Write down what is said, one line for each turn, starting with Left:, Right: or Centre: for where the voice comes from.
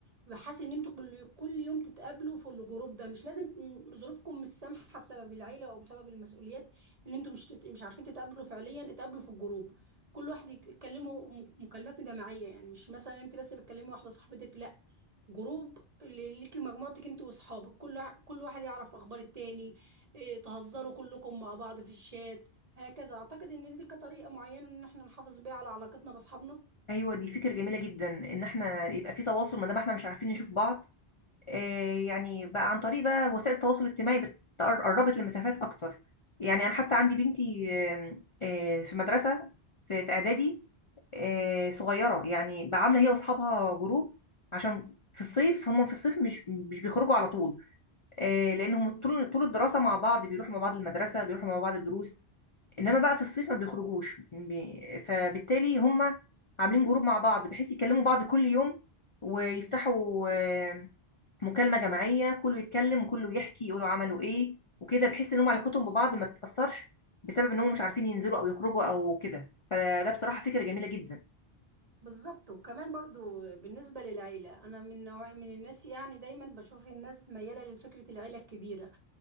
Right: بحيث ان انتوا كل كل يوم تتقابلوا في الجروب ده مش لازم م- ظروفكم مش سامحة بسبب العيلة او بسبب المسؤوليات ان انتوا مش تت... مش عارفين تتقابلوا فعليا اتقابلوا في الجروب كل واحد يك- يتكلموا م- مكالمات جماعية يعني مش مثلا انت بس بتكلمي واحدة صاحبتك لا جروب اللي ليكي مجموعتك انت واصحابك كل وا- كل واحد يعرف اخبار التاني إيه تهزروا كلكم مع بعض في الشات هكذا اعتقد ان دي كطريقه معينه ان احنا نحافظ بيها على علاقتنا باصحابنا
Left: أيوة دي فكرة جميلة جدا إن احنا يبقى في تواصل ما دام احنا مش عارفين نشوف بعض آه يعني بقى عن طريق بقى وسائل التواصل الاجتماعي بت- قربت المسافات أكتر يعني أنا حتى عندي بنتي آم، آه، في مدرسة في في إعدادي آه، صغيرة يعني بقى عاملة هي وأصحابها جروب عشان في الصيف هم في الصيف مش مش بيخرجوا على طول آه، لانهم طول طول الدراسه مع بعض بيروحوا مع بعض المدرسه بيروحوا مع بعض الدروس انما بقى في الصيف ما بيخرجوش بي- فبالتالي هم عاملين جروب مع بعض بحيث يكلموا بعض كل يوم ويفتحوا آه، مكالمه جماعيه كله يتكلم وكله يحكي يقولوا عملوا ايه وكده بحيث ان هم علاقتهم ببعض ما تتاثرش بسبب ان هم مش عارفين ينزلوا او يخرجوا او كده فده بصراحه فكره جميله جدا
Right: بالظبط وكمان برضو بالنسبه للعيله انا من نوع من الناس يعني دايما بشوف الناس مياله لفكره العيله الكبيره